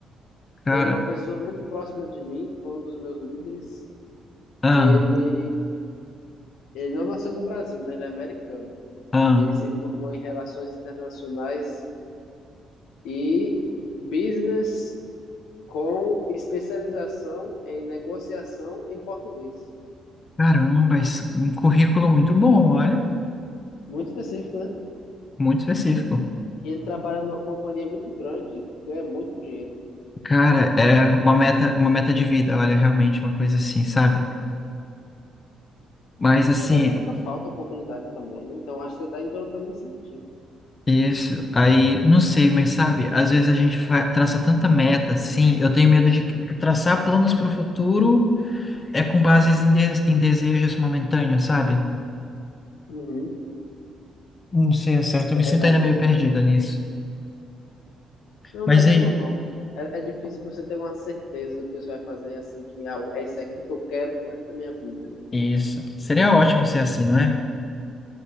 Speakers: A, on the left; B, on the left.
A: Cara,
B: Tem uma pessoa muito próxima de mim, foi um dos meus líderes,
A: ah,
B: que ele, ele não nasceu no Brasil, né? Ele é americano.
A: ah,
B: E ele se formou em Relações Internacionais e business com especialização em negociação em português.
A: caramba, isso, um currículo muito bom, olha,
B: Muito específico, né?
A: muito específico.
B: E ele trabalha numa companhia muito grande, que é muito dinheiro.
A: Cara, é uma meta, uma meta de vida, olha, realmente uma coisa assim, sabe? Mas
B: Na
A: assim,
B: verdade, nunca falta oportunidade também, né? Então, acho que você está indo pelo caminho certinho.
A: isso, aí, não sei, mas sabe, às vezes a gente fa- traça tanta meta, assim, eu tenho medo de que- traçar planos para o futuro é com bases em, des- em desejos momentâneos, sabe?
B: Uhum,
A: Não sei, é certo,
B: é
A: eu me
B: verdade.
A: sinto ainda meio perdida nisso.
B: Não,
A: Mas
B: mas
A: e
B: é
A: aí,
B: normal. É, é difícil você ter uma certeza do que você vai fazer, assim, que ah, é isso aqui que eu quero pro resto da minha vida, né?
A: isso, seria ótimo ser assim, não é?